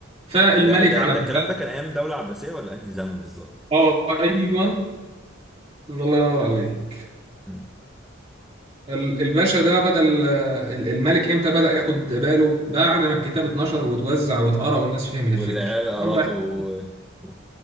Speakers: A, on the right (about 30°); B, in the centre.
A: فالملك
B: ده ده
A: على
B: ده
A: ما
B: الكلام ده كان ايام دولة عباسية ولا انهي زمن بالظبط
A: اه ايوه الله ينور عليك
B: مم.
A: ال- الباشا ده بدل ال- الملك امتى بدأ ياخد باله بعد ما الكتاب اتنشر واتوزع واتقرا والناس فهمت
B: والعيال
A: الفكرة
B: قراطه
A: فقام رايح
B: و... و-